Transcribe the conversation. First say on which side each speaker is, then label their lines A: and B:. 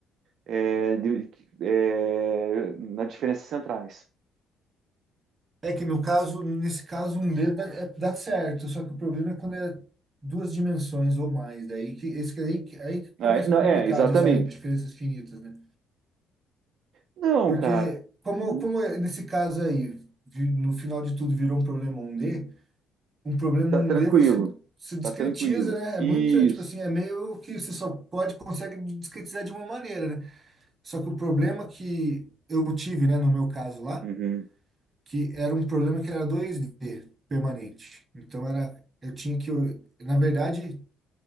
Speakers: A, on the right; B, on the right.
A: é, de- é, nas diferenças centrais.
B: É que no caso, nesse caso, um dedo dá, é- dá certo, só que o problema é quando é duas dimensões ou mais, daí que esse que é aí, que- é aí que
A: Aí-
B: começa
A: não,
B: a complicar
A: é, exatamente.
B: de usar diferenças finitas, né?
A: Não,
B: Porque
A: cara,
B: como
A: não,
B: como é nesse caso aí, vi- no final de tudo virou um problema um d um problema
A: tá
B: um
A: tranquilo,
B: d você se discretiza,
A: tá tranquilo.
B: né?
A: Isso.
B: É muito, é, tipo assim, é meio que você só pode consegue discretizar de uma maneira, né? Só que o problema que eu tive, né, no meu caso lá,
A: Uhum.
B: que era um problema que era 2D permanente. Então era, eu tinha que, eu, na verdade,